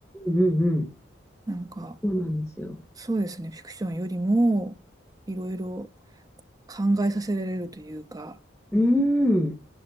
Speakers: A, in the centre; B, on the right.
A: うん、うん、
B: なんか、
A: そうなんですよ。
B: そうですね。フィクションよりも、いろいろ考えさせられるというか、
A: うん。